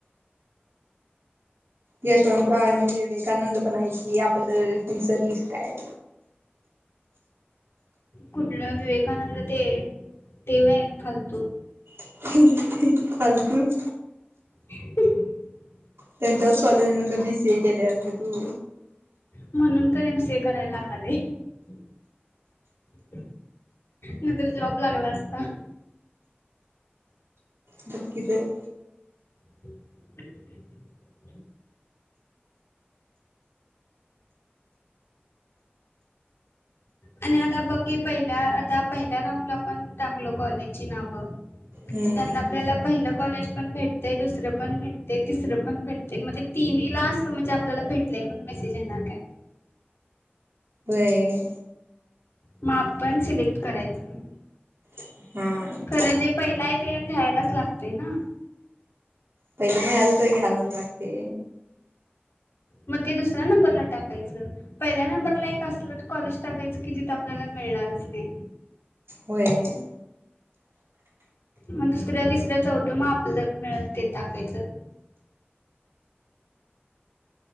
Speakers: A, on the right (about 80°); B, on the left (about 80°).
A: यशवंतराव आनी विवेकानंद पण हाय की, आपलं ही सर्विस काय?
B: कुठलं विवेकानंद ते, ते व्हयं फालतू.
A: <unintelligible> फालतू.
B: <inaudible>
A: त्यांच्याच कॉलेज मध्ये बी सी ए केलेस गं तू.
B: म्हणून तर एम सी ए कराये लागाले. <inaudible> <inaudible> नंतर जॉब लागला असता.
A: बघ की गं.
B: <inaudible> आणि आता बघ की पहिल्या, आता पहिल्या राऊंड ला पण टाकलो कॉलेजची नावं.
A: हम्म
B: त्यातलं आपल्याला पहिलं कॉलेज पण भेटते, दुसरं पण भेटते, तिसरं पण भेटते. मग तिनहीला असं म्हणजे आपल्याला भेटलयं म्हणून. मेसेज येणार काय?
A: व्हयं.
B: मग आपण सिलेक्ट करायचं.
A: हा.
B: खरं जे पहिला आहे, ते घ्यायलाच लागतंय ना.
A: पहिले नाही आलं, तरी घ्यायलाच लागते.
B: मग ते दुसऱ्या नंबरला टाकायचं. पहिल्या नंबरला एक असलंच कॉलेज टाकायचं की, जिथे आपल्याला मिळणारच नाही.
A: व्हयं व्हयं.
B: मग दुसरं, तिसरं, चौथ मग आपल्यालाच मिळेल ते टाकायचं.